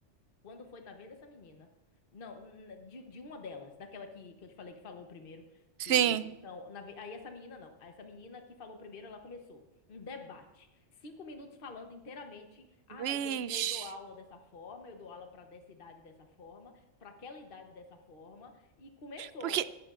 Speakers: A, on the left; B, on the right.
A: Quando foi na vez dessa menina? Não, n- de, de uma delas, daquela que, que eu te falei que falou primeiro, que
B: Sim.
A: então, na ve- aí essa menina não, essa menina que falou primeiro, ela começou um debate, cinco minutos falando inteiramente, ah,
B: Vixe.
A: mas eu, eu dou aula dessa forma, eu dou aula pra dessa idade dessa forma, pra aquela idade dessa forma, e começou,
B: Porque,